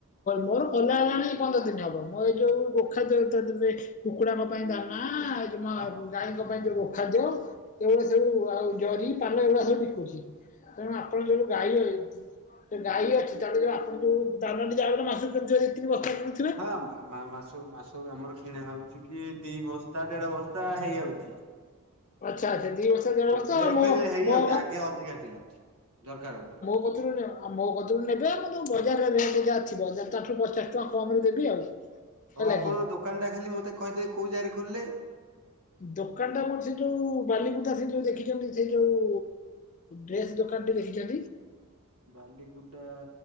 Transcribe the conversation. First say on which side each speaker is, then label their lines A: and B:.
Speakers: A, on the left (about 35°); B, on the right (about 85°).
A: ମୋର ଖୋଲା ହେଲାଣି ପନ୍ଦର ଦିନ ହବ ମୋ ଏଇ ଯୋଉ ଗୋଖାଦ୍ୟ ଯଉ ଦେଇ କୁକୁଡାଙ୍କ ଦାନା ଗାଈଙ୍କ
B: ଓହୋ।
A: ପାଇଁ ଯୋଉ ଖାଦ୍ୟ ଏଭଡ଼ାସବୁ ଆଉ ଜରି ପାନ ଏଇଭଳିଆ ସବୁ ବିକୁଛି। ତେଣୁ ଆଉ ଗାଇ ରହିବେ। ଗାଈ ଅଛି ଚା ଆପଣ ଯୋଉ ଦାନା ମାସକୁ ଯେତିକି ବସ୍ତା କିଣୁଥିବେ।
B: ହଁ ମାସ ମାସ ଆମର କିଣା ହଉଛି କି ଦି ବସ୍ତା ଦେଢ଼ ବସ୍ତା ହେଇଯାଉଚି।
A: ଆଚ୍ଛା ଆଚ୍ଛା ଦୁଇ ବସ୍ତା ଦେଢ ବସ୍ତା
B: ଏବେ ଏବେ
A: ମୋ
B: ହେଇଯାଉଛି
A: ମୋ
B: ଆଗେ ଅଧିକା ଥିଲା ଦରକାର ହଉଥିଲା।
A: କୋଉଥରୁ ନିଅ ଆଉ ମୋ କତରୁ ନେବେ ଆଉ ତ ବଜାରରେ ରେଟ୍ ଯାହା ଥିବ ତାଠାରୁ ପଚାଶ ଟଙ୍କା କମରେ ଦେବି ଆଉ। <inaudible>
B: ଆଉ ଆପଣ
A: କି।
B: ଦୋକାନଟା ଖାଲି ମୋତେ କହିଦେବେ କଉ ଜାଗାରେ ଖୋଲିଲେ?
A: ଦୋକାନ ଟା ମର ସେ ଯୋଉ ବାଲିକୁୁଦା ସେ ଯୋଉ ଦେଖିଛନ୍ତି ସେ ଯୋଉ ଡ୍ରେସ ଦୋକାନ ଟି ଦେଖିଛ
B: ବାଲିକୁଦା